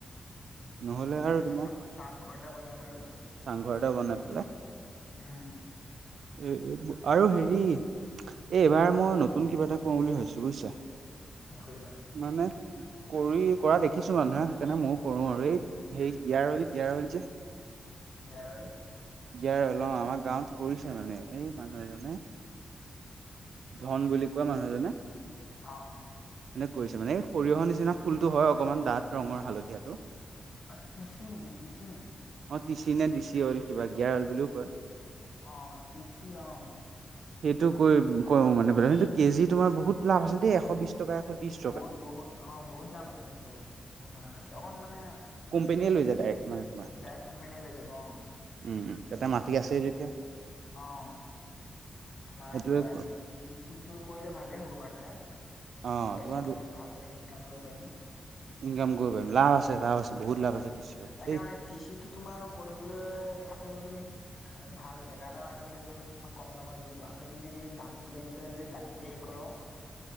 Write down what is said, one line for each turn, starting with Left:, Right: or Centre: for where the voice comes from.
Right: নহ'লে
Left: তাত
Right: আৰু
Left: ধুনীয়াকৈ
Right: তোমাৰ
Left: চা চাংঘৰ এটা বনাম আৰু।
Right: চাংঘৰ এটা বনাই পেলাই
Left: উম।
Right: এ এব আৰু হেৰি এ এইবাৰ মই নতুন কিবা এটা কৰো বুলি ভাবিছোঁ বুজিছা?
Left: কি কৰিবা নো?
Right: মানে কৰি কৰা দেখিছোঁ মানুহে সেইকাৰণে মইও কৰো আৰু এই হেৰি গিয়াৰ অইল গিয়াৰ অইল যে
Left: গিয়াৰ অইল?
Right: গিয়াৰ অইল অ আমাৰ গাঁৱত কৰিছে মানে এই মানুহ এজনে।
Left: <inaudible>
Right: ধন বুলি কোৱা মানুহজনে।
Left: অ অ।
Right: এনে কৰিছে মানে এই সৰিয়হৰ নিচিনা ফুলটো হয় অকণমান ডাঠ ৰঙৰ হালধীয়াটো।
Left: অ টিছি নেকি টিছি নেকি?
Right: অ টিচি নে দিচি অইল কিবা গিয়াৰ অইল বুলিও কয়।
Left: অ টিছি অ।
Right: সেইটো কৰি কৰো মানে <unintelligible> কেজি তোমাৰ বহুত লাভ আছে দেই এশ বিশ টকা
Left: ব
Right: এশ ত্ৰিশ
Left: বহুত
Right: টকা
Left: বহুত অ বহুত দাম আছে সেইটো। তোমাৰ অকণ মানে,
Right: কোম্পানীয়ে লৈ যায় ডাইৰেক্ট। মানে তোমাৰ
Left: ডাইৰেক্ট কোম্পানীয়ে লৈ যাব অ।
Right: উম তাতে মাটি আছে যেতিয়া
Left: অ তোমাৰ
Right: সেইটোৱে
Left: তা
Right: ক
Left: তি তিচিটো কৰিলে ভালেই হ'ব পাৰটা।
Right: অ
Left: পইচাও
Right: তোমাৰ
Left: ভালে ইনকাম কৰিব পাৰিম।
Right: ইনকাম কৰিব পাৰিম লাভ আছে লাভ আছে বহুত লাভ আছে। তিচি অইলটো
Left: তাকে
Right: দেই
Left: মানে তিচিটো তোমাৰ কৰিবলৈ আকৌ তুমি, আৰু ভাল জেগা এটাও আনিব লাগিব নহয় আমাৰ কম দামত যোনটো আমি যদি দাম দিয়ে আনি পেলাই যদি দাম দিয়ে হেৰি কৰোঁ।